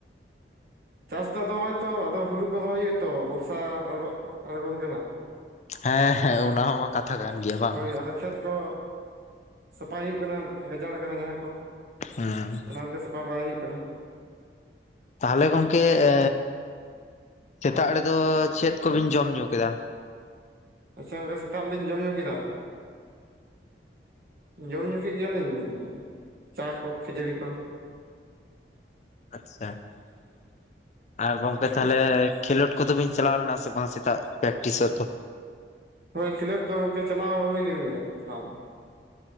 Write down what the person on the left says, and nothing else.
ᱦᱮᱸ ᱦᱮᱸ
ᱚᱱᱟ ᱢᱟ ᱠᱟᱛᱷᱟ
ᱠᱟᱱ ᱜᱮᱭᱟ ᱵᱟᱝ
ᱟᱸᱻ
ᱛᱟᱦᱚᱞᱮ ᱜᱚᱝᱠᱮ ᱮ ᱥᱮᱛᱟᱜ ᱨᱮᱫᱚ ᱪᱮᱫ ᱠᱚᱵᱤᱱ ᱡᱚᱢ ᱧᱩ ᱠᱮᱫᱟ?
<inaudible> ᱟᱪᱪᱷᱟ <inaudible> ᱟᱨ ᱜᱚᱝᱠᱮ
ᱛᱟᱦᱚᱞᱮ ᱠᱷᱮᱞᱳᱰ ᱠᱚᱫᱚ ᱵᱤᱱ ᱪᱟᱞᱟᱣ ᱞᱮᱱᱟ ᱥᱮ ᱵᱟᱝ ᱥᱮᱛᱟᱜ ᱯᱨᱮᱠᱴᱤᱼᱥᱚᱜ ᱫᱚ?